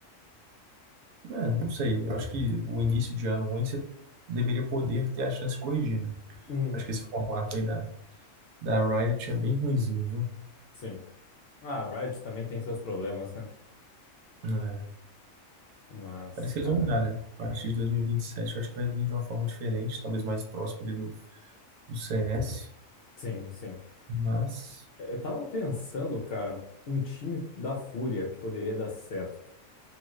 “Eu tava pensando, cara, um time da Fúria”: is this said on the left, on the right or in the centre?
Left